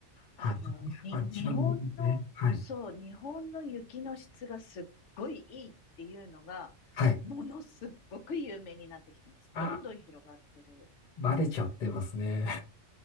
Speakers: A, on the left; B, on the left.
A: あの、
B: はい、そこがやっぱり一番いいですね。
A: に、日本の、
B: はい。
A: そう、日本の雪の質がすっごいいいっていうのが、
B: はい。
A: ものすっごく有名になってきてます。
B: あ、
A: どんどん広がってる。
B: バレちゃってますね。